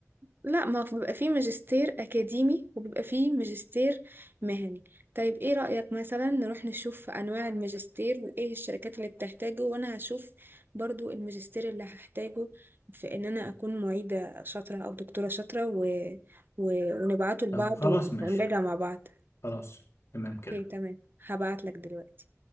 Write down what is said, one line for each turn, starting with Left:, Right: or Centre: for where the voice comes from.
Right: لا ما هو بيبقى فيه ماجستير أكاديمي وبيبقى فيه ماجستير مهني طيب إيه رأيك مثلا نروح نشوف أنواع الماجستير وإيه الشركات اللي بتحتاجه وأنا هشوف برضو الماجستير اللي هحتاجه في إن أنا أكون معيدة شاطرة أو دكتورة شاطرة و... و... ونبعته لبعض
Left: طب خلاص
Right: ونراجع
Left: ماشي
Right: مع بعض
Left: خلاص تمام
Right: أوكي
Left: كده
Right: تمام هبعت لك دلوقتي